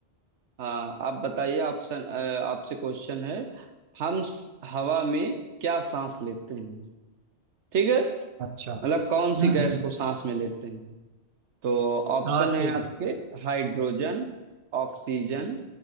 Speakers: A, on the right; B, on the right.
A: हाँ आप बताइए ऑप्शन अ, आपसे क्वेश्चन है हम स- हवा में क्या सांस लेते हैं ठीक है
B: अच्छा हम्म
A: मतलब कौन सी गैस
B: हम्म,
A: को सांस में लेते हैं तो ऑप्शन
B: हाँ
A: है
B: ठीक
A: आपके
B: है
A: Hydrogen oxygen